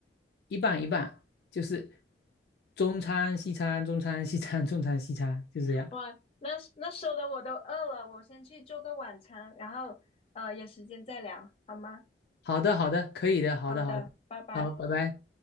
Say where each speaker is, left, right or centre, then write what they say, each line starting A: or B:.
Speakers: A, on the left; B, on the left.
A: 一半一半，就是中餐西餐，中餐西餐，中餐西餐，就这样。
B: 哇，那那说的我都饿了，我先去做个晚餐，然后呃有时间再聊，好吗？
A: 好的，好的，可以的，好的，
B: 好的，
A: 好的，
B: 拜拜。
A: 好，拜拜。